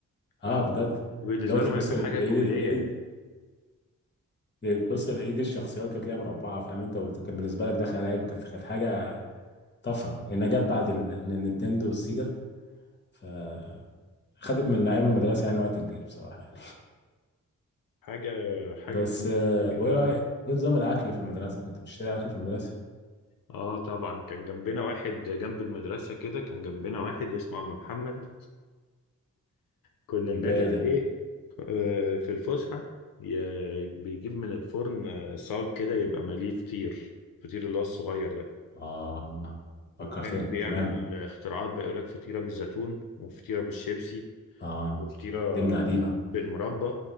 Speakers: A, on the left; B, on the left.
A: اه
B: اه
A: بجد
B: بالنسبة
A: اللي هو تبص
B: لهم هيبقى
A: لايد
B: حاجة كوميدية يعني
A: لايد تبص لايد الشخصيات كانت ليها مربعة فاهم انت وكان بالنسبة لك ده خيال علمي كانت كانت حاجة طفرة لأنها جت بعد ال- النينتندو والسيجا فخدت من أيام المدرسة يعني وقت كبير بصراحة يعني.
B: حاجة حاجة
A: بس
B: كانت
A: آه،
B: جميلة
A: وايه رايك ايه نظام الاكل في المدرسه كنت بتشتري اكل في المدرسه
B: اه طبعا كان جنبنا واحد جنب المدرسة كده كان جنبنا واحد اسمه عم محمد كنا
A: بيبيع
B: ننادي
A: ايه
B: عليه
A: ده
B: آه، في الفسحة ي- بيجيب من الفرن آه، صاج كده يبقى مليه فطير الفطير اللي هو الصغير ده
A: اه
B: وكان
A: فكرتني
B: بيعمل
A: تمام
B: اختراعات بقى يقول لك فطيرة بالزيتون وفطيرة بالشيبسي
A: اه
B: وفطيرة
A: جبنه
B: بال-
A: قديمه
B: بالمربى